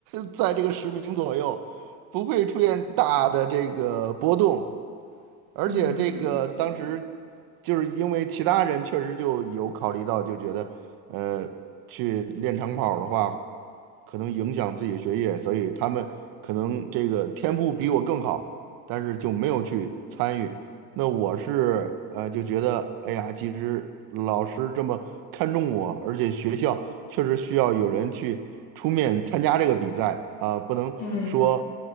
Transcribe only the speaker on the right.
<laughs> 在这个十名左右，不会出现大的这个波动。而且这个当时
就是因为其他人确实就有考虑到，就觉得呃，去练长跑儿的话。可能影响自己的学业，所以他们可能这个天赋比我更好，但是就没有去参与。那我是呃就觉得，哎呀，其实老师这么看重我，而且学校确实需要有人去出面参加这个比赛啊，不能说。